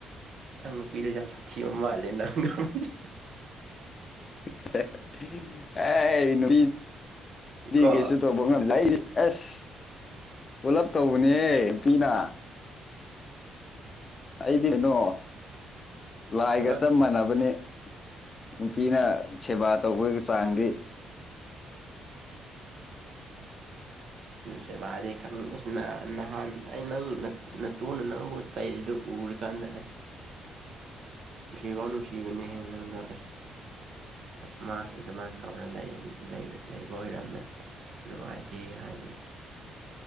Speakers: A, on the right; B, on the left.
A: ꯅꯪ ꯅꯨꯄꯤꯗꯣ ꯌꯥꯝ ꯁꯥꯊꯤꯕ ꯃꯥꯜꯂꯦ ꯅꯪ ꯉꯝꯃꯤꯗꯣ
B: <unintelligible> ꯑꯦ ꯅꯨꯄꯤꯗꯤ
A: ꯀꯣ
B: ꯀꯩꯁꯨ ꯇꯧꯕ ꯉꯝꯗꯦ ꯑꯩꯗꯤ ꯑꯁ ꯄꯨꯂꯞ ꯇꯧꯕꯅꯦꯍꯦ ꯅꯨꯄꯤꯅ ꯑꯩꯗꯤ ꯀꯩꯅꯣ ꯂꯥꯏꯒ
A: ꯄꯨꯂꯞ
B: ꯆꯞ ꯃꯥꯟꯅꯕꯅꯤ ꯅꯨꯄꯤꯅ ꯁꯦꯕꯥ ꯇꯧꯕꯒꯤ ꯆꯥꯡꯗꯤ
A: ꯁꯦꯕꯥꯗꯤ ꯈꯪ ꯅꯍꯥꯟ ꯑꯩ ꯅꯪ ꯇꯨꯅ ꯅꯪꯕꯨ ꯆꯩꯔꯤꯗꯨ ꯎꯔꯀꯥꯟꯗ ꯑꯁ
B: <inaudible>
A: ꯅꯨꯡꯁꯤꯕꯥꯎ ꯅꯨꯡꯁꯤꯕꯅꯦꯍꯦ ꯅꯪꯗꯣ ꯑꯁ ꯑꯁ ꯃꯥꯁꯦ ꯑꯗꯨꯃꯥꯏꯅ ꯇꯧꯔ ꯂꯩ ꯂꯩꯔꯥ ꯂꯩꯕ ꯑꯣꯏꯔꯝꯃꯦ ꯑꯁ ꯅꯨꯡꯉꯥꯏ ꯇꯦ ꯍꯥꯏꯅ